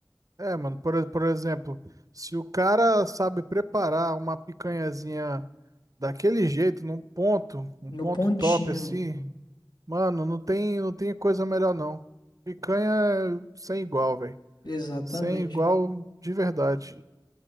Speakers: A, on the right (about 50°); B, on the left (about 65°).
A: É, mano, por, por exemplo, se o cara sabe preparar uma picanhazinha daquele jeito, num ponto, um
B: No
A: ponto
B: pontinho.
A: top assim, Mano, não tem, não tem coisa melhor não. Picanha é sem igual, velho.
B: Exatamente.
A: Sem igual de verdade.